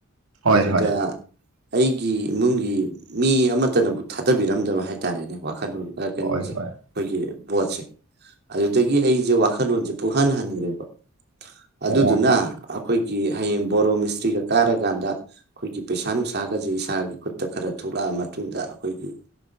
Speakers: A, on the right (about 85°); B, on the right (about 50°).
A: ꯍꯣꯏ
B: ꯑꯗꯨꯗ
A: ꯍꯣꯏ
B: ꯑꯩꯒꯤ ꯏꯃꯨꯡꯒꯤ ꯃꯤ ꯑꯃꯠꯇꯅꯕꯨ ꯊꯥꯗꯕꯤꯔꯝꯗꯕ ꯍꯥꯏꯇꯥꯔꯦꯅꯦ ꯋꯥꯈꯟ ꯑ ꯀꯩꯅꯣꯖꯦ
A: ꯍꯣꯏ ꯍꯣꯏ
B: ꯑꯈꯣꯏꯒꯤ ꯚꯣꯠꯁꯦ ꯑꯗꯨꯗꯒꯤ ꯑꯩꯁꯦ ꯋꯥꯈꯜꯂꯣꯟꯁꯦ ꯄꯨꯍꯟ ꯍꯟꯈ꯭ꯔꯦꯕ ꯑꯗꯨꯗꯨꯅ
A: ꯑꯣ
B: ꯑꯞ ꯈꯣꯏꯒꯤ ꯍꯌꯦꯡ ꯕꯣꯔꯣ ꯃꯤꯁꯇ꯭ꯔꯤꯒ ꯀꯥꯔꯀꯥꯟꯗ ꯑꯩꯈꯣꯏꯒꯤ ꯄꯩꯁꯥ ꯅꯨꯡꯁꯥꯒꯁꯦ ꯏꯁꯥꯒꯤ ꯈꯨꯠꯇ ꯈꯔ ꯊꯣꯛꯂꯛꯑ ꯃꯇꯨꯡꯗ ꯑꯈꯣꯏꯒꯤ